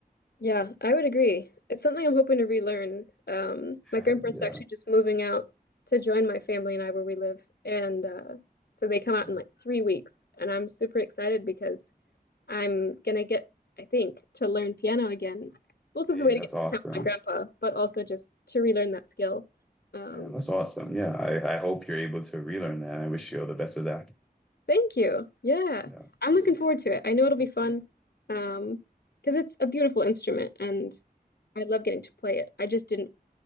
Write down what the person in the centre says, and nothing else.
<laughs>
yeah,
yeah.
Hey,
that's
awesome.
Yeah, that's awesome. Yeah, I, I hope you're able to relearn that. I wish you all the best with that.
Yeah,